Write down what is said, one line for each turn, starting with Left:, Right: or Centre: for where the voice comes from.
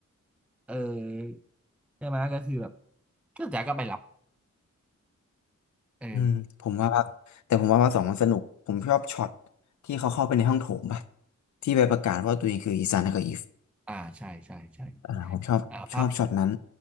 Centre: เออใช่ไหมก็คือแบบก็จ๋าก็ไปรับเออ
Left: อืมผมว่าภาคแต่ผมว่าภาคสองมันสนุกผมชอบช็อตที่เขาเข้าไปในห้องโถงป่ะที่ไปประกาศว่าตัวเองคืออีซานกับอีฟ
Centre: อ่าใช่ใช่ใช่
Left: อ่าผมชอบชอบช็อตนั้น
Centre: อ่าภาค